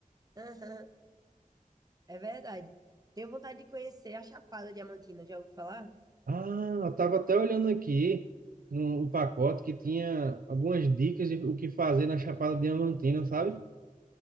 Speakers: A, on the right (about 25°); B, on the right (about 85°).
A: Aham, é verdade. Tenho vontade de conhecer a Chapada Diamantina, já ouviu falar?
B: Ah, eu estava até olhando aqui no, no pacote que tinha algumas dicas de o que fazer na Chapada Diamantina, sabe?